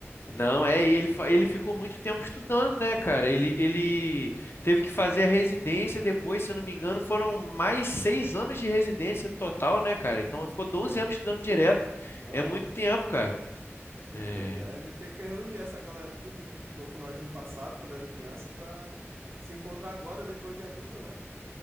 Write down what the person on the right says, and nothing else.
Pô, é.
aham.
Pois é, a gente tem que reunir essa galera tudinho que estudou com nós no passado, quando era criança, pra se encontrar agora, depois de adulto, né?